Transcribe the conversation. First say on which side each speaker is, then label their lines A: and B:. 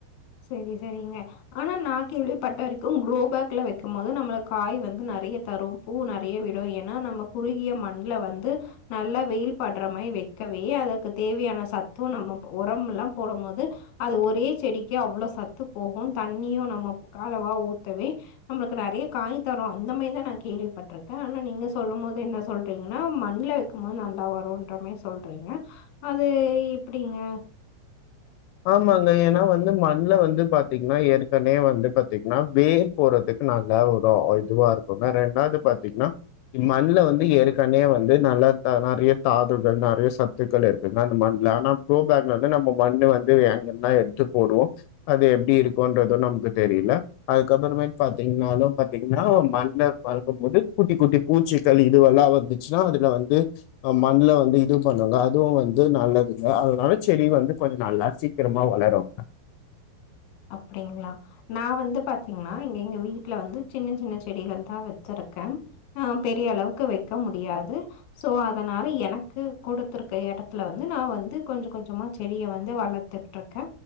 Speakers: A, on the left; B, on the left.
A: சேரி சேரிங்க ஆனா நா கேள்விபட்ட வரைக்கு குரோபேக்ல வைக்கும் போது நம்மள காய் வந்து நறையா தரு பூ நறையா விடு ஏன்னா நம்ம குறுகிய மண்ல வந்து நல்லா வெயில் படுற மாரி வக்கவே அதுக்கு தேவையான சத்தம் நம்ம உரம்லா போடும் போது அது ஒரே செடி கே அவ்ளோ சத்து போகு தண்ணியும் நம்ம காலவா ஊத்தவே நம்மளுக்கு நறையா காய் தரு அந்த மாரிதா நா கேள்விப்பட்டிருக்கே ஆனா நீங்க சொல்லும் போது என்ன சொல்றீங்கன்னா மண்ணுல வைக்கம் போது நல்லா வரும்ன்ற மாரி சொல்றீங்க அது எப்படிங்க
B: ஆமாங்க ஏன்னா வந்து மண்ல வந்து பாத்தீங்கன்னா ஏற்கனவே வந்து பாத்தீங்கன்னா வேர் போறதுக்கு நல்லா ஒரு இதுவா இருக்குங்க ரெண்டாவது பாத்தீங்கன்னா மண்ல வந்து ஏற்கனவே வந்து நல்லா நறையா தாதுகள் நறையா சத்துக்கள் இருக்குங்க அந்த மண்ல ஆனா க்ரோபக்ல வந்து நம்ம மண்ணு வந்து வேங்கல்லா எடுத்து போடுவோ அது எப்டி இருக்கும்ன்றது நமக்கு தெரியல அதுக்கப்புறமேட் பாத்தீங்கன்னாலும் பாத்தீங்கன்னா மண்ல பக்கும் போது குட்டி குட்டி பூச்சிகள் இதுவெல்லா வந்துச்சுன்னா அதுல வந்து மண்ல வந்து இது பண்ங்க அதுவு வந்து நல்லது இல்ல அதனால செடி வந்து கொஞ்ச நல்லா சீக்கிரமா வளருங்க
A: அப்டிங்களா நா வந்து பாத்தீங்கன்னா இங்க எங்க வீட்டுல வந்து சின்ன சின்ன செடிகள் தா வச்சிருக்கே ஆ பெரிய அளவுக்கு வைக்க முடியாது சோ அதனால எனக்கு குடுத்துருக்க எடத்துல வந்து நா வந்து கொஞ்ச கொஞ்சமா செடிய வந்து வளத்துட்ருக்கே